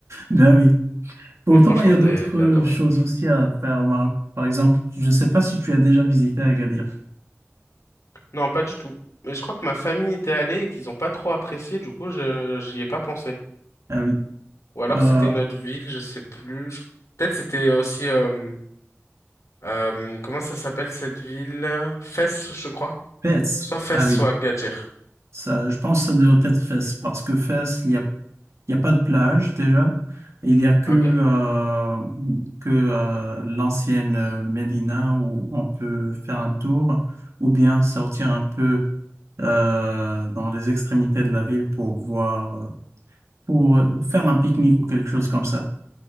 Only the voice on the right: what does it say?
Ben oui. Pourtant,
il y a
d'autres
euh,
choses aussi à faire au Maroc. Par exemple, je ne sais pas si tu as déjà visité Agadir.
Ah oui.
Euh,
Fès.
Ah
oui.
Ça, je pense que ça devrait être Fès parce que Fès, il y a Il n'y a pas de plage déjà. Il n'y a que,
euh, que euh, l'ancienne euh, Médina où on peut faire un tour ou bien sortir un peu euh, dans les extrémités de la ville pour voir, euh, pour faire un pique-nique ou quelque chose comme ça.